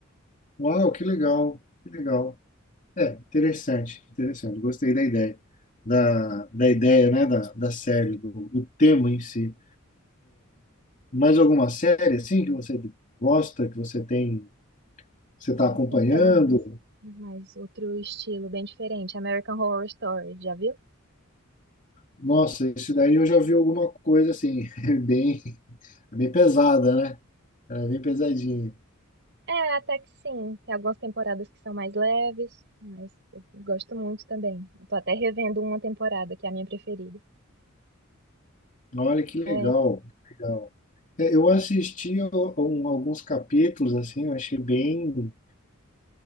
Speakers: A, on the left; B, on the right.
A: Uau, que legal, que legal. É, interessante, interessante. Gostei da ideia, da, da ideia, né, da, da série, do, do tema em si. Mais alguma série, assim, que você gosta, que você tem, você está
B: Ai,
A: acompanhando?
B: tem tantas. Mas outro estilo bem diferente, American Horror Story, já viu?
A: Nossa, isso daí eu já vi alguma coisa, assim, <laughs> é bem, é bem pesada, né? É, bem pesadinha.
B: É, até que sim. Tem algumas temporadas que são mais leves, mas eu gosto muito também. Eu tô até revendo uma temporada, que é a minha preferida.
A: Olha que legal,
B: É,
A: legal. É, Eu assisti a- um- alguns capítulos, assim, eu achei bem.